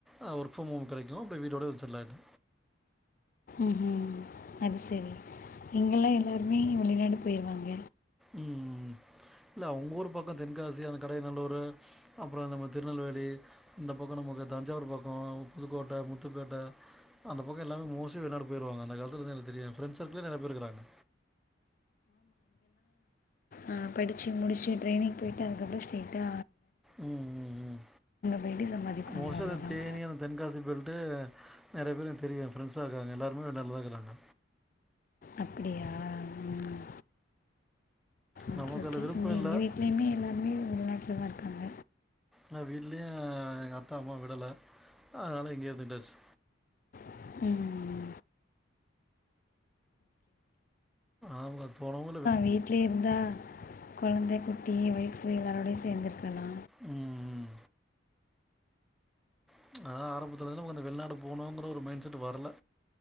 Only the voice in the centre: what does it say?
ஆ ஒர்க்ஃப்ரம் ஹோம் கெடைக்கு அப்ப வீட்டோட வந்து செட்டில் ஆயிட்டே
ம் ம் இல்ல உங்க ஊர் பக்க தென்காசி அந்த கடையநல்லூரு அப்பற நம்ம திருநெல்வேலி இந்த பக்க நமக்கு தஞ்சாவூர் பக்கோ புதுக்கோட்டை முத்துப்பேட்டை அந்த பக்க எல்லாமே மோஸ்லி வெளிநாடு போய்ருவாங்க அந்த காலத்துல இருந்து எனக்கு தெரியு எ ஃபிரன்ட்ஸ் சர்க்களே நிறைய பேரு இருக்குறாங்க
உம் உம் உம்
மோஸ்டா
இந்த தேனீ அந்த தென்காசி பய நெறைய பேரு எனக்கு தெரியும் ஃப்ரண்ட்ஸ்லா இருக்காங்க எல்லாருமே வெளிநாட்லதா இருக்காங்க
நமக்கு
அதில் விருப்பம்
இல்லை
நான் வீட்லயு எங்க அப்பா அம்மா விடல அதனால இங்கயே இருந்தாச்சு
ஆங்க போனும்
ம் ம் ப்ச் அதான் ஆரம்பத்துலருந்து கொஞ்சோ வெள்நாடு போனுங்கிற ஒரு மைண்ட் செட் வரல